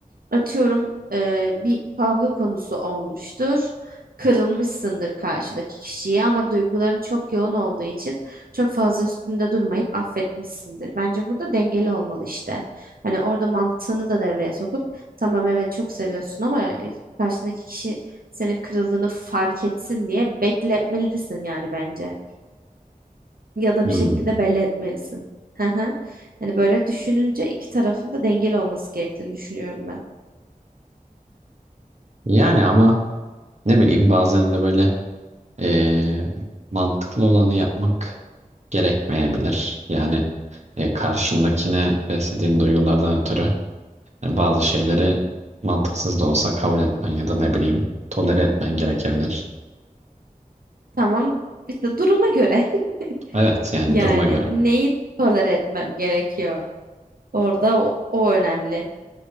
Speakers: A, on the right (about 85°); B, on the right (about 50°).
A: Atıyorum eee, bir kavga konusu olmuştur. Kırılmışsındır karşıdaki kişiyi ama duyguların çok yoğun olduğu için çok fazla üstünde durmayıp affetmişsindir. Bence burada dengeli olmalı işte. Hani orada mantığını da devreye sokup tamam evet çok seviyorsun ama karşındaki kişi senin kırıldığını fark etsin diye bekletmelisin yani bence. Ya da
B: Hmm.
A: bir şekilde belli etmelisin. <laughs> Hı hı. Hani böyle düşününce iki tarafın da dengeli olması gerektiğini düşünüyorum ben.
B: Yani ama ne bileyim bazen de böyle e, mantıklı olanı yapmak gerekmeyebilir. Yani e, karşındakine beslediğin duygulardan ötürü e, bazı şeyleri mantıksız da olsa kabul etmen ya da ne bileyim tolere etmen gerekebilir.
A: Tamam işte duruma göre
B: Evet
A: <laughs>
B: yani
A: yani
B: duruma göre.
A: neyi tolere etmem gerekiyor? Orada o, o önemli.